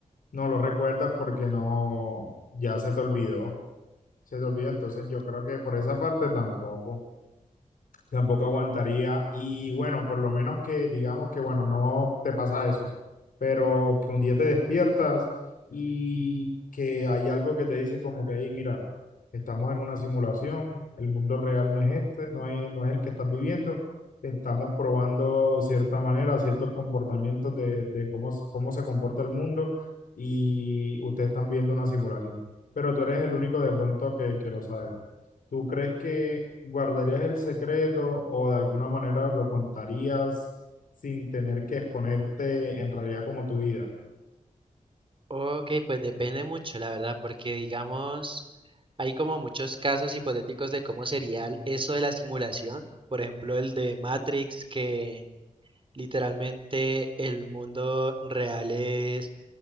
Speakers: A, on the left (about 85°); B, on the right (about 40°).
A: no lo recuerdas porque no, ya se te olvidó, se te olvidó. Entonces yo creo que por esa parte tampoco tampoco aguantaría. Y bueno, por lo menos que digamos que, bueno, no te pasa eso, pero que un día te despiertas y que hay algo que te dice como que, hey, mira, estamos en una simulación, el mundo real no es este, no es, no es el que estás viviendo, estamos probando cierta manera, ciertos comportamientos de, de cómo, s- cómo se comporta el mundo y ustedes están viendo una simulación. Pero tú eres el único de pronto que, que lo sabe. ¿Tú crees que guardarías el secreto o de alguna manera lo contarías sin tener que exponerte en realidad como tu vida?
B: Ok, pues depende mucho, la verdad, porque digamos, hay como muchos casos hipotéticos de cómo sería el- eso de la simulación. Por ejemplo, el de Matrix, que Literalmente el mundo real es,